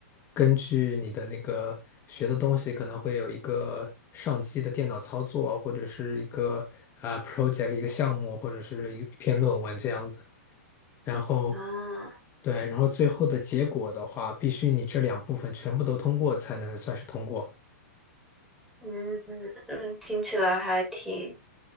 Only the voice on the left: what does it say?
根据你的那个学的东西，可能会有一个上机的电脑操作，或者是一个啊 project 一个项目，或者是一一篇论文这样子。然后
对，然后最后的结果的话，必须你这两部分全部都通过才能算是通过。